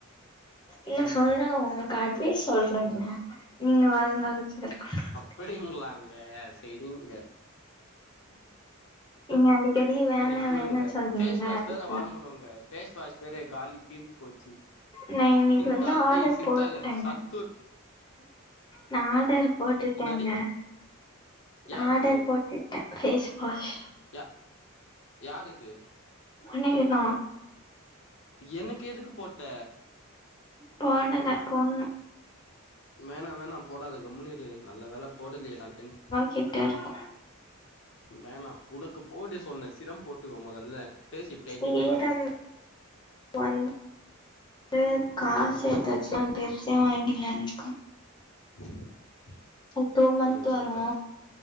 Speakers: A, on the left (about 20°); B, on the left (about 60°).
A: இல்ல
B: ம்
A: சொல்றே உங்கள்க் அட்வைஸ் சொல்றங்க நீங்க வருங்காலத்துல இருக்கணுனு
B: அப்படிங்ளாங்க செரிங்க
A: நீங்க அடிக்கடி வேணா
B: செரி கூறுங்க
A: வேணான்னு சொல்றீங்களா
B: ஃபேஸ் வாஷ்
A: அதுக்கு
B: வேற வாங்கணுங்க ஃபேஸ் வாஷ் வேற காலி தீந்து போச்சி
A: நா இன்னைக்கு
B: சிந்தால்
A: வந்து ஆர்டர்
B: ஏய் சிந்தால்ல
A: போட்டேங்க
B: சன்தூர்
A: நா ஆடர் போட்டுட்டேங்க
B: என்னாடி
A: நா
B: யாருக்கு
A: ஆடர் போட் டுட்டே ஃபேஸ்வாஷ்
B: யா யாருக்கு
A: உனக்குதா
B: எனக்கு எதுக்கு போட்ட
A: போடல பொண்ணு
B: வேணா வேணா போடாத கம்முனிரு நல்ல வேல போடலையே நான் டென்
A: கிட்டருக்கு
B: வேணா உனக்கு போடு சொன்ன சிரம் போட்டுக்க மொதல்ல ஃபேஸ் இப்டி ஆயிட்டு
A: சீரம்
B: இருக்கு பாரு
A: வந் து காசு எடுத்து வச்சுட்லா பெருசே வாங்கிட்லானு இருக்க
B: <inaudible>
A: டூ மன்த்
B: ம் சூப்பர்
A: வரு